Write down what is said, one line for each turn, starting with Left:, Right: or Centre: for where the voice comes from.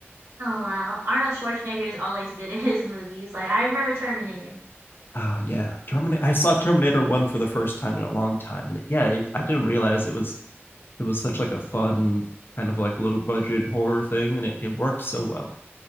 Right: Oh wow. Arnold Schwarzenegger is always good in his movies. Like I remember Terminator.
Left: Oh yeah, Terminator. I saw Terminator One for the first time in a long time, and it, yeah, it, I didn't realize it was it was such like a fun kind of like low budget horror thing, and it, it worked so well.